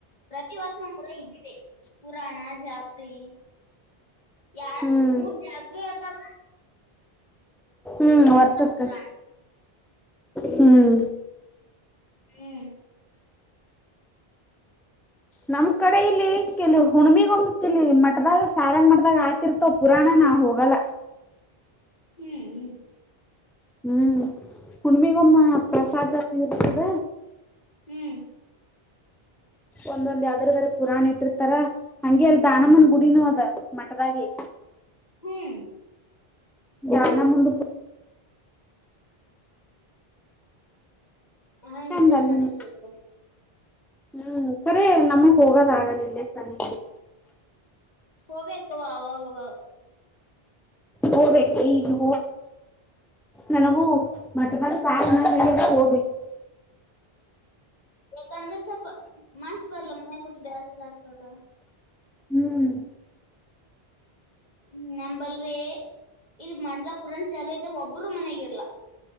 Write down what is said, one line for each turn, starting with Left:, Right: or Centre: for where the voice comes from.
Left: ಪ್ರತಿ ವರ್ಷ ನಮ್ಮ್ಊರಗ ಇದ್ದಿದೆ ಪುರಾಣ ಜಾತ್ರಿ ಯ
Centre: ಹ್ಮ್
Left: ಮೂರ್ ಜಾತ್ರೆ ಅತವಾ
Centre: ಹ್ಮ್ ವರ್ಷಕ್ಕೆ
Left: ಪುರಾಣ
Centre: ಹ್ಮ್
Left: ಹ್ಮ್
Centre: ನಮ್ ಕಡೆ ಇಲ್ಲಿ ಕೆ ಹುಣಿಮಿಗ್ ಒಮತಿಲ್ಲಿ ಮಟದಾಗ ಸಾರಂಗ ಮಾಡ್ದಾಗ ಆತಿರ್ತವ ಪುರಾಣ ನಾವು ಹೋಗಲ್ಲ
Left: ಹ್ಮ್ ಹ್ಮ
Centre: ಹ್ಮ ಹುಣ್ಣಿಮೆ ಗೊಮ್ ಪ್ರಸಾದ್ ಇರ್ತದ
Left: ಹ್ಮ್
Centre: ಒಂದೊಂದ್ ಯಾವ್ದ್ರ್ರ ಪುರಾಣ ಇಟ್ಟಿರ್ತಾರ ಹಂಗೆ ಅಲ್ ದಾನಮ್ಮನ್ ಗುಡಿನೂ ಅದ ಮಠದಾಗಿ
Left: ಹ್ಮ್
Centre: ಧ್ಯಾನ ಮದು
Left: ಹಂಗ
Centre: ಚಂದ
Left: ಇದಿದ್ದೇಲ್ಲಿ
Centre: ಅಲ್ಲಿನು
Left: ನಡೀತತ್ತು
Centre: ಹ್ಮ್ ಸರಿ ನಮಗ್ ಹೋಗೋದ ಆಗಲಿಲ್ಲ ಸಮನಿ
Left: ಹೋಗ್ಬೇಕವಾ ಅವವಾಗವ
Centre: ಹೋಗ್ಬೇಕು ಈಗ ಹ ನನಗೂ ಮಠದ ಸಾವ ಹೋಗಬೇಕು <inaudible>
Left: ಎ ಅಂದರ್ಸ ಮಂಚ ಭರಲ ಮನೆ ಕು ಬ್ಯಾಸ ಲತ
Centre: ಹ್ಮ್
Left: ಹ್ಮ ನಮಂಬಲ್ರಿ ಇಲ್ಲಿ ಮಾಡಡ್ದ ಪುರಾಣ ಚಲೋಯತ ಒಬ್ಬರು ಮನ್ಗಿರ್ಲಾ